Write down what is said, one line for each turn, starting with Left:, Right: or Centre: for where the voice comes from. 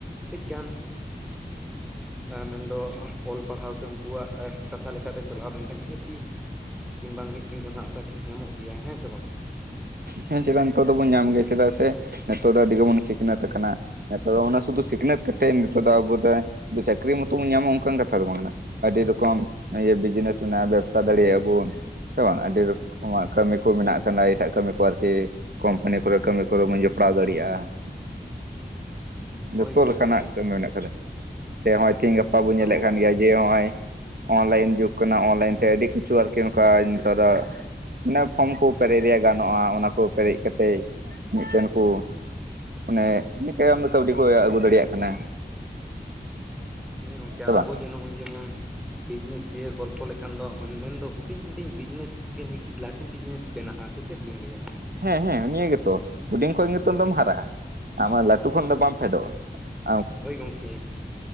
Centre: ᱠᱟᱹᱡ ᱜᱟᱱ, ᱢᱮᱱᱫᱚ ᱚᱞ ᱯᱟᱲᱦᱟᱣ ᱥᱮ ᱩᱱᱠᱩᱣᱟᱜ ᱠᱟᱛᱷᱟ ᱞᱮᱠᱟᱛᱮ ᱪᱟᱞᱟᱣ ᱞᱮᱱᱠᱷᱟᱱ ᱱᱤᱦᱟᱹᱛᱤ ᱮ ᱢᱤᱫ ᱫᱤᱱ ᱵᱟᱝ ᱢᱤᱫ ᱫᱤᱱ ᱫᱚ ᱦᱟᱜ ᱥᱟᱠᱥᱮᱥ ᱧᱟᱢᱚᱜ ᱜᱮᱭᱟ ᱦᱮᱸ ᱥᱮ ᱵᱟᱝ
Right: ᱦᱮᱸ ᱪᱮᱠᱟ ᱱᱤᱛᱚᱜ ᱫᱚᱵᱚᱱ ᱧᱟᱢ ᱜᱮᱭᱟ ᱪᱮᱫᱟᱜ ᱥᱮ ᱱᱤᱛᱚᱜ ᱫᱚ ᱟᱹᱰᱤ ᱜᱮᱵᱚᱱ ᱥᱤᱠᱷᱱᱟᱹᱛ ᱟᱠᱟᱱᱟ ᱱᱤᱛᱚᱜ ᱫᱚ ᱚᱱᱟ ᱥᱩᱫᱷᱩ ᱥᱤᱠᱷᱱᱟᱹᱛ ᱠᱟᱛᱮᱫ ᱱᱤᱛᱚᱜ ᱫᱚ ᱟᱵᱚ ᱫᱚ ᱪᱟᱹᱠᱨᱤ ᱢᱚᱛᱚ ᱵᱚᱱ ᱧᱟᱢᱟ ᱚᱱᱠᱟᱱ ᱠᱟᱛᱷᱟ ᱫᱚ ᱵᱟᱝ ᱠᱟᱱᱟ᱾ ᱟᱹᱰᱤ ᱨᱚᱠᱚᱢ ᱵᱤᱡᱽᱱᱮᱥ ᱢᱮᱱᱟᱜ-ᱟ ᱵᱮᱵᱥᱟ ᱫᱟᱲᱮᱭᱟᱜ-ᱟ ᱵᱚᱱ ᱥᱮ ᱵᱟᱝ ᱟᱹᱰᱤ ᱨᱚᱠᱚᱢᱟᱜ ᱠᱟᱹᱢᱤ ᱠᱚ ᱢᱮᱱᱟᱜ ᱠᱟᱫᱟ ᱮᱴᱟᱜ ᱠᱟᱹᱢᱤ ᱠᱚ ᱟᱨᱠᱤ ᱠᱳᱢᱯᱟᱱᱤ ᱠᱚᱨᱮ ᱠᱟᱹᱢᱤ ᱠᱚᱨᱮ ᱵᱚᱱ ᱡᱚᱯᱲᱟᱣ ᱫᱟᱲᱮᱭᱟᱜ-ᱟ᱾
Centre: ᱦᱳᱭ
Right: ᱡᱚᱛᱚ
Centre: ᱜᱚᱝᱠᱮ
Right: ᱞᱮᱠᱟᱱᱟᱜ ᱠᱟᱹᱢᱤ ᱢᱮᱱᱟᱜ ᱠᱟᱫᱟ ᱥᱮ ᱛᱮᱦᱤᱧ ᱜᱟᱯᱟ
Centre: ᱢᱮᱱᱫᱚ
Right: ᱵᱚᱱ ᱧᱮᱞᱮᱫ
Centre: ᱜᱚᱝᱠᱮ
Right: ᱠᱟᱱ ᱜᱮᱭᱟ ᱡᱮ ᱱᱚᱜ-ᱚᱭ ᱚᱱᱞᱟᱭᱤᱱ ᱡᱩᱜᱽ ᱠᱟᱱᱟ ᱚᱱᱞᱟᱭᱤᱱ ᱛᱮ ᱟᱹᱰᱤ ᱠᱤᱪᱷᱩ ᱟᱨᱠᱤ ᱱᱚᱝᱠᱟ ᱱᱮᱛᱟᱨᱟᱜ ᱢᱟᱱᱮ ᱯᱷᱨᱚᱢ ᱠᱚ ᱯᱮᱨᱮᱡ ᱨᱮᱭᱟᱜ ᱜᱟᱱᱚᱜ-ᱟ ᱚᱱᱟ ᱠᱚ ᱯᱮᱨᱮᱡ ᱠᱟᱛᱮᱫ ᱢᱤᱫᱴᱮᱱ ᱠᱩ ᱢᱟᱱᱮ ᱠᱟᱹᱣᱰᱤ ᱠᱚ ᱟᱹᱜᱩ ᱫᱟᱲᱮᱭᱟᱜ ᱠᱟᱱᱟ᱾
Centre: ᱦᱮᱸ ᱜᱚᱢᱠᱮ
Right: ᱥᱮ
Centre: ᱟᱨ
Right: ᱵᱟᱝ
Centre: ᱟᱵᱚ ᱡᱮ ᱱᱚᱜ-ᱚᱭ ᱡᱮᱢᱚᱱ ᱵᱤᱡᱽᱱᱮᱥ ᱫᱤᱭᱮ ᱜᱚᱞᱯᱚ ᱞᱮᱠᱷᱟᱱ ᱫᱚ ᱢᱮᱱᱫᱚ ᱦᱩᱰᱤᱧ ᱦᱩᱰᱤᱧ ᱵᱤᱡᱽᱱᱮᱥ ᱠᱷᱚᱱ ᱜᱮ ᱢᱤᱫᱴᱤᱡ ᱞᱟᱹᱴᱩ ᱵᱤᱡᱽᱱᱮᱥ ᱵᱮᱱᱟᱜ-ᱟ ᱥᱮ ᱪᱮᱫ ᱵᱤᱱ ᱞᱟᱹᱭ ᱟ᱾
Right: ᱦᱮᱸ ᱦᱮᱸ ᱱᱤᱭᱟᱹ ᱜᱮᱛᱚ ᱦᱩᱰᱤᱧ ᱠᱷᱚᱱ ᱜᱮ ᱱᱤᱛᱚᱝ ᱫᱚᱢ ᱦᱟᱨᱟᱜ-ᱟ ᱟᱢᱟᱜ ᱞᱟᱹᱴᱩ ᱠᱷᱚᱱ
Centre: ᱦᱳᱭ
Right: ᱫᱚ ᱵᱟᱢ ᱯᱷᱮᱰᱚᱜ-ᱟ᱾
Centre: ᱦᱳᱭ ᱜᱚᱢᱠᱮ